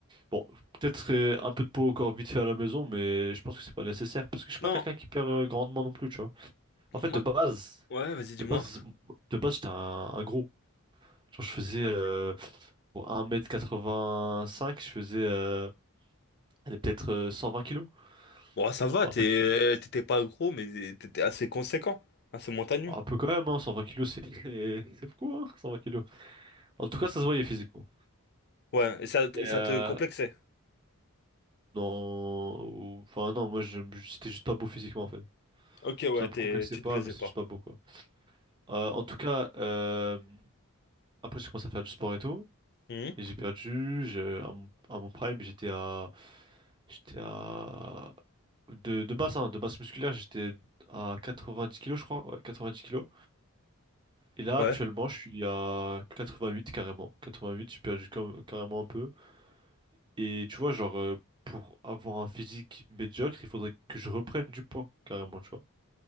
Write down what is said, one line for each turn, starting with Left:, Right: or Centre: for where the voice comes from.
Right: Bon, peut-être euh, un peu de peau au corps vite fait à la maison, mais je pense que c'est pas nécessaire. Parce que je suis pas
Left: Non,
Right: quelqu'un qui perd euh, grandement non plus, tu vois. En fait,
Left: moi...
Right: de base,
Left: Ouais, vas-y, dis-moi.
Right: de base, de base, j'étais un, un gros. Genre, je faisais
Left: Ok.
Right: euh, bon, un mètre quatre-vingt-cinq je faisais euh, allez, peut-être euh, 120 kilos.
Left: Bon, ça
Right: Je
Left: va,
Right: me
Left: t'es-
Right: rappelle plus.
Left: t'étais pas gros, mais t'étais assez conséquent, assez montagneux.
Right: Bon, Un peu quand même, hein, 120 kilos, c'est <laughs> c'est beaucoup, hein, 120 kilos. En tout cas, ça se voyait physiquement.
Left: Ouais, et ça,
Right: Et,
Left: ça
Right: euh,
Left: te complexait.
Right: non, ou- enfin non, moi je- je- c'était juste pas beau physiquement en fait.
Left: Ok, ouais,
Right: Ça me
Left: t'es,
Right: complexait
Left: tu
Right: pas,
Left: te plaisais
Right: mais c'est
Left: pas.
Right: juste pas beau quoi. Euh, en tout cas, euh, après j'ai commencé à faire du sport et tout,
Left: Mhm.
Right: et j'ai perdu. je- à, mon à mon prime, j'étais à, j'étais à de, de masse, hein, de masse musculaire, j'étais à 90 kilos je crois, ouais, 90 kilos. Et là
Left: Ouais.
Right: actuellement, je suis à 88 carrément. 88, j'ai perdu comme- carrément un peu. Et tu vois, genre, euh, pour avoir un physique médiocre, il faudrait que je reprenne du poids, carrément, tu vois.